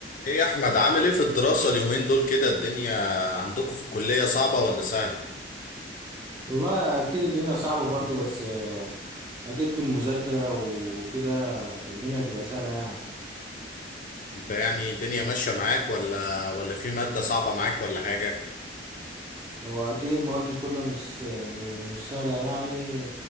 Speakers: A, on the left; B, on the right.
A: ايه يا احمد عامل ايه في الدراسة اليومين دول كده الدنيا عندكم في الكلية صعبة ولا سهلة
B: والله اكيد الدنيا صعبة برضو بس آه، اكيد بالمذاكرة وكده الدنيا تبقى سهلة يعني
A: انت يعني الدنيا ماشية معاك ولا ولا في مادة صعبة معاك ولا حاجة
B: هو اكيد المواد دي كلها مش م- مش سهلة يعني